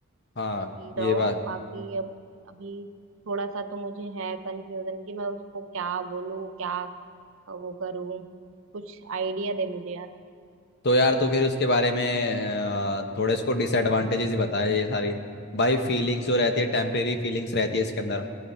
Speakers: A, on the left (about 50°); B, on the right (about 65°).
A: हाँ
B: कि
A: ये
B: रहो
A: बात
B: बाकी अब अभी थोड़ा सा तो मुझे है कंफ्यूजन कि मैं उसको क्या बोलूं क्या वो करूं कुछ आइडिया दे मुझे यार
A: तो यार तू फिर उसके बारे में अ, थोड़े इसको डिसएडवांटेजेस ही बताए ये सारी भाई फीलिंग्स जो रहती है टेम्परेरी फीलिंग्स रहती है इसके अंदर